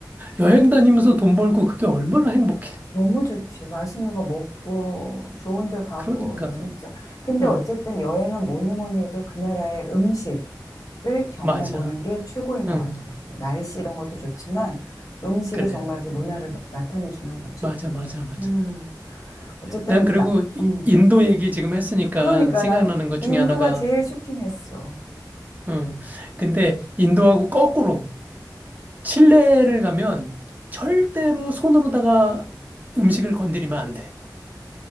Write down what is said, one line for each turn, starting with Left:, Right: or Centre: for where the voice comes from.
Right: 여행 다니면서 돈 벌고 그게 얼마나 행복해.
Left: 너무 좋지. 맛있는 거 먹고, 좋은 데 가고,
Right: 그러니까.
Left: 진짜. 근데
Right: 응,
Left: 어쨌든 여행은 뭐니 뭐니 해도 그 나라의 음식을 경험해
Right: 맞아.
Left: 보는 게 최고인 것
Right: 응,
Left: 같아. 뭐 날씨 이런 것도 좋지만 음식이
Right: 그래.
Left: 정말 그 문화를 나타내 주는 거지.
Right: 맞아, 맞아, 맞아.
Left: 음, 어쨌든,
Right: 난 그리고
Left: 나,
Right: 이-
Left: 음.
Right: 인도 얘기 지금 했으니까
Left: 그러니까,
Right: 생각나는
Left: 나
Right: 것
Left: 인도가
Right: 중에 하나가,
Left: 제일 쇼킹했어.
Right: 응. 근데 인도하고 거꾸로. 칠레를 가면 절대로 손으로다가 음식을 건드리면 안 돼.